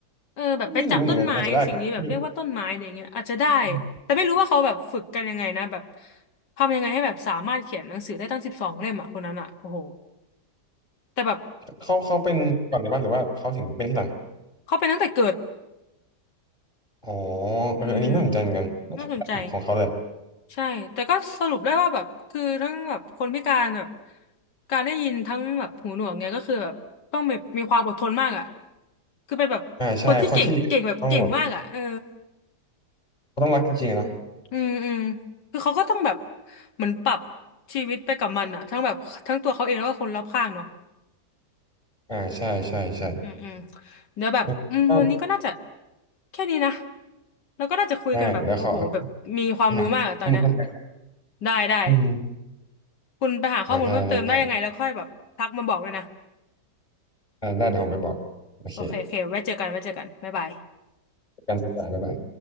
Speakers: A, on the left; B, on the left.
A: เออแบบไปจับต้นไม้สิ่งนี้แบบเรียกว่าต้นไม้อะไรเงี้ยอาจจะได้
B: ก็ไม่รู้เหมือนกันอาจจะได้ก็ได้อืม
A: แต่ไม่รู้ว่าเขาแบบฝึกกันยังไงนะแบบทำยังไงให้แบบสามารถเขียนหนังสือได้ตั้งสิบสองเล่มอ่ะคนนั้นอ่ะโอ้โหแต่แบบ
B: เขาเขาเป็นก่อนเลยป่ะหรือว่าเขาถึงเป็นที่หลัง
A: เขาเป็นตั้งแต่เกิด
B: อ๋อเอออันนี้น่าสนใจเหมือนกัน
A: อืมน่าสนใจ
B: ของเขาแหละ
A: ใช่แต่ก็สรุปได้ว่าแบบคือทั้งแบบคนพิการแบบการได้ยินทั้งแบบหูหนวกเนี่ยก็คือแบบต้องแบบมีความอดทนมากอ่ะคือเป็นแบบคนที่เก่งเก่งแบบเก่งมากอ่ะเออ
B: อ่าใช่คนที่เลี้ยงต้องแบบต้องรักจริงๆอะเนาะ
A: อืมอืมคือเขาก็ต้องแบบเหมือนปรับชีวิตไปกับมันอะทั้งแบบทั้งตัวเขาเองแล้วก็คนรอบข้างเนาะ
B: อ่าใช่ใช่ใช่
A: อืมอืมเดี๋ยวแบบอืมวันนี้ก็น่าจะ
B: เออก็
A: แค่นี้นะแล้วก็น่าจะคุยกันแบบโอ้โหแบบมีความรู้มากอะตอนเนี้ย
B: ได้แล้วเขา ไปหาข้อมูลเพิ่มเติม
A: ได้ได้
B: อืม
A: คุณไปหาข้อมูลเพิ่มเติมได้ยังไงแล้วค่อยแบบทักมาบอกด้วยนะ
B: อ่าได้ได้ได้อ่าได้เดี๋ยวผมไปบอกโอเค
A: โอเคโอเคไว้เจอกันไว้เจอกันบ๊ายบาย
B: ประกันสถานบ๊ายบาย